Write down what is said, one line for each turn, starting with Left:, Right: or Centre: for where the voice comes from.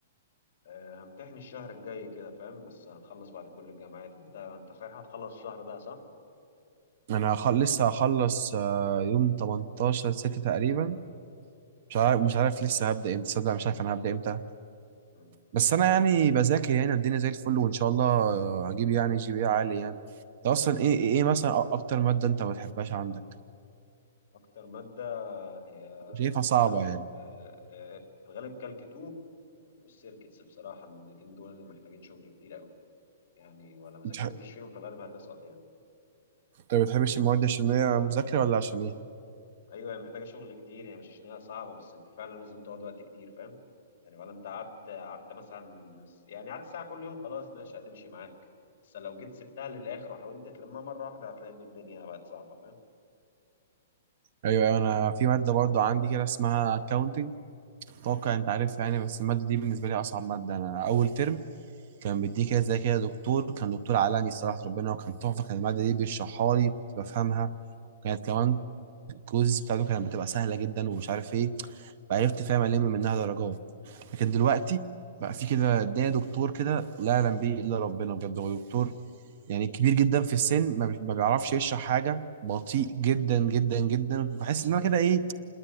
Left: آه، همتحن الشهر الجاي كده فاهم بس هنخلص بعد كل الجامعات انت انت صحيح هتخلص الشهر ده صح؟
Right: انا هخل... لسه هخلص آه، يوم 18 6 تقريبا مش عارف مش عارف لسه هبدأ امتى صدق مش عارف انا هبدأ امتى
Left: مم.
Right: بس انا يعني بذاكر يعني الدنيا زي الفل وان شاء الله آه، هجيب يعني جي بي اي عالي يعني انت اصلا ايه ايه إيه مثلا أ- اكتر مادة انت ما بتحبهاش عندك
Left: اكتر ماده هي
Right: شايفها صعبة
Left: في الغالب
Right: يعني
Left: آه، آه، في الغالب كالك 2 والسيركتس بصراحه المادتين دول اللي محتاجين شغل كتير قوي يعني ولا ما ذاكرتش
Right: بتح-
Left: فيهم فغالبا هتسقط يعني
Right: انت ما بتحبش المواد عشان هي مذاكرة ولا عشان ايه
Left: ايوه هي محتاجه شغل كتير هي مش عشان هي صعبه بس انت فعلا لازم تقعد وقت كتير فاهم يعني ولا انت قعدت قعدت مثلا يعني قعدت ساعه كل يوم خلاص ماشي هتمشي معاك بس لو جيت سبتها للاخر وحاولت تلمها مره واحده هتلاقي ان الدنيا بقت صعبه فاهم
Right: ايوه ايوه انا في مادة برضو عندي كده اسمها accounting اتوقع انت عارف يعني بس الماده دي بالنسبه لي اصعب ماده انا اول ترم كان بيديه كده زي كده دكتور كان دكتور عالمي صراحه ربنا وكان تحفه كان الماده دي بيشرحها لي كنت بفهمها وكانت كمان الكويز بتاعته كانت بتبقى سهله جدا ومش عارف ايه فعرفت فاهم الم منها درجات لكن دلوقتي بقى في كده ده دكتور كده لا يعلم به الا ربنا بجد هو دكتور يعني كبير جدا في السن ما بي- ما بيعرفش يشرح حاجه بطيء جدا جدا جدا بحس ان انا كده ايه